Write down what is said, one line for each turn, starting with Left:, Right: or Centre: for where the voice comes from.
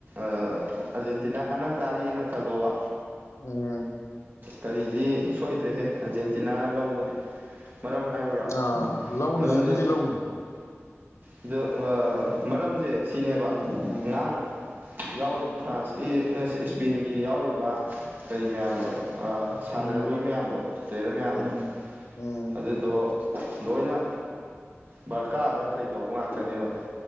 Right: ꯑꯥꯔꯖꯦꯟꯇꯤꯅꯥꯅ ꯀꯥꯔꯤꯑꯦꯅ ꯈꯜꯂꯣꯕ
Left: <inaudible>
Right: ꯀꯔꯤꯗꯤ ꯁꯣꯏꯗ꯭ꯔꯦꯍꯦ ꯑꯔꯖꯦꯟꯇꯤꯅꯥꯅ ꯂꯧꯕꯗꯤ ꯃꯔꯝ ꯍꯥꯏꯌꯨꯔꯣ
Left: ꯑꯥ ꯂꯧꯅꯤ
Right: ꯃꯔꯝꯖ‌ꯦ
Left: ꯑꯗꯨꯗꯤ ꯂꯧꯅꯤ
Right: ꯗ‌ꯣ ꯃꯔꯝꯗ‌ꯣ ꯁꯤꯅꯦꯕ
Left: ꯎꯝ
Right: ꯉꯥꯡ ꯌꯥꯎꯔꯤꯕ ꯐ꯭ꯔꯥꯟꯁꯀꯤ ꯑꯦꯁ ꯏꯁꯄꯦꯟꯒꯤ ꯌꯥꯎꯔꯤꯕ ꯀꯔꯤ ꯃꯌꯥꯝꯗꯣ ꯑꯥ ꯁꯥꯟꯅꯔꯣꯏ
Left: ꯎꯝ
Right: ꯃꯌꯥꯝꯗꯣ ꯄ꯭ꯂꯦꯌꯔ ꯃꯌꯥꯝꯗꯣ
Left: ꯎꯝ ꯎꯝ
Right: ꯑꯗꯨꯗꯣ ꯂꯣꯏꯅ ꯕꯔꯀꯥꯗ ꯀꯩ ꯇꯧꯕ ꯉꯥꯛꯇꯅꯦꯕ